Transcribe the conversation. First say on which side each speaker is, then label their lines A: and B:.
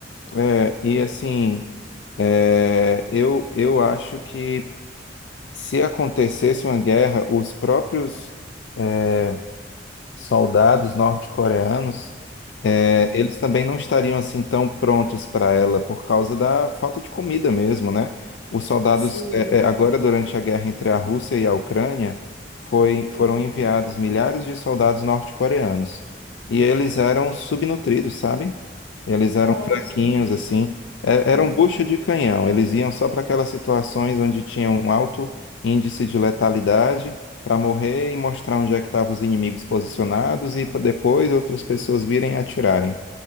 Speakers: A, on the left (about 80°); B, on the left (about 55°).
A: É, e assim, é, eu, eu acho que se acontecesse uma guerra, os próprios é, soldados norte-coreanos, é,
B: Uhum,
A: eles também não estariam assim tão prontos para ela por causa da falta de comida mesmo, né? Os soldados,
B: sim,
A: é, é, agora durante a guerra entre a Rússia e a Ucrânia, foi, foram
B: uhum.
A: enviados milhares de soldados norte-coreanos e eles eram subnutridos, sabe? Eles
B: Nossa,
A: eram fraquinhos, assim, é,
B: uhum.
A: eram bucha de canhão. Eles iam só para aquelas situações onde tinha um alto índice de letalidade para morrer e mostrar onde é que estavam os inimigos posicionados e pra depois outras pessoas virem e atirarem.